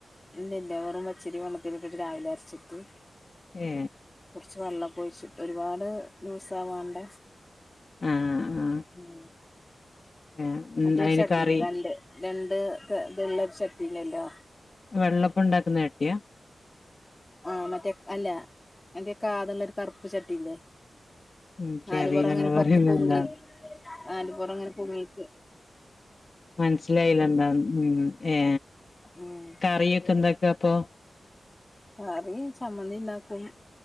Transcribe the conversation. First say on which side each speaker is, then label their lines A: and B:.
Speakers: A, on the left; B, on the left.
A: ഇല്ലേല്ല വെറും പച്ചരി വള്ളത്തില്ട്ട്ട്ട് രാവിലെ അര്ച്ചിട്ട്
B: ഏ
A: കുർച്ച് വള്ളക്കൊയ്ച്ചിട്ട് ഒരുപാട് ലൂസാവാണ്ട
B: ആഹ് ആഹ്
A: ഉം
B: ഏഹ് ഉം
A: മറ്റേര്ചട്ടില്ലേ
B: അയിന് കറി
A: രണ്ട് രണ്ട് ത് ദ്ള്ള ചട്ടില്ലല്ലോ
B: വെള്ളപ്പം ണ്ടാക്ക്ന്നട്ട്യാ
A: ആഹ് മറ്റേ അല്ല എന്തേ കാദ്ള്ളര് കറുപ്പ് ചട്ടില്ലേ
B: എനിക്കറിയില്ല
A: നാല് പൊറങ്ങനെ
B: ഇങ്ങള്
A: കൊർച്ച്
B: പറയുന്ന
A: പൊങ്ങി
B: എന്താ
A: നാല് പെറങ്ങനെ പൊങ്ങി <inaudible>
B: മൻ സ്‌ലായിലന്താ ഉം ഏ
A: ഉം
B: കറിയൊക്കെ ന്താക്കാ അപ്പൊ
A: കറി ചമ്മന്തിണ്ടാക്കും